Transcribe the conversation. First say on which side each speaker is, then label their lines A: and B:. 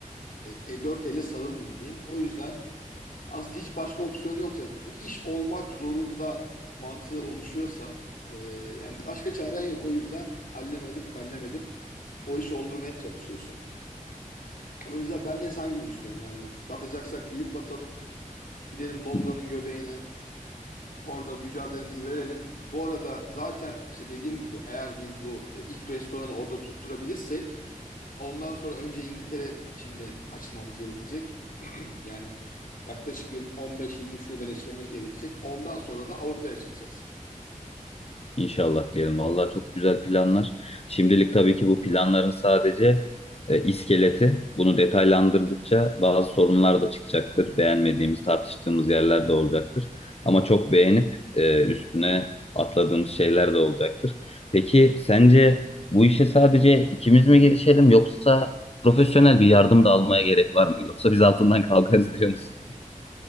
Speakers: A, on the left; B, on the left.
A: e, e, dört elle sarılmıyor diyeyim. O yüzden aslında hiç başka opsiyon yoksa bu iş olmak zorunda mantığı oluşuyorsa e, yani başka çaren yok. O yüzden allem edip kallem edip o işi oldurmaya çalışıyorsun. O yüzden ben de sen gibi düşünüyorum. Yani batacaksak büyük batalım. Gidelim Londra'nın
B: <laughs>
A: göbeğine. Orada mücadelemizi verelim. Bu arada zaten işte dediğim gibi eğer biz bu e, ilk restoranı orada tutturabilirsek ondan sonra önce İngiltere içinde açılmamız gerekecek. <clears throat> <laughs> Yani yaklaşık bir 15-20 şubeleşmemiz gerekecek. Ondan sonra da Avrupa'ya açılacağız.
B: İnşallah diyelim. Vallahi çok güzel planlar. Şimdilik tabii ki bu planların sadece e, iskeleti. Bunu detaylandırdıkça bazı sorunlar da çıkacaktır. Beğenmediğimiz, tartıştığımız yerler de olacaktır. Ama çok beğenip e, üstüne atladığımız şeyler de olacaktır. Peki sence bu işe sadece ikimiz mi girişelim yoksa profesyonel bir yardım da almaya gerek var mı? Yoksa biz altından kalkarız diyor musun?